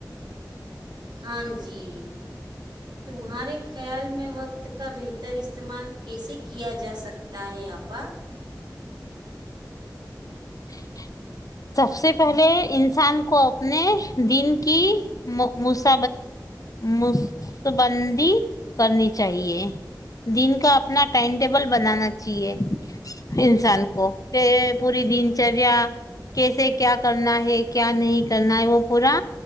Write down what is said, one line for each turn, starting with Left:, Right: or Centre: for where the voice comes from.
Right: ہاں جی تمہارے خیال میں وقت کا بہتر استعمال کیسے کیا جا سکتا ہے آپا
Left: <inaudible> سب سے پہلے انسان کو اپنے دن کی مس مسابندی کرنی چاہیے دن کا اپنا ٹائم ٹیبل بنانا چاہیے انسان کو کہ پوری دن چریا کیسے کیا کرنا ہے کیا نہیں کرنا ہے وہ پورا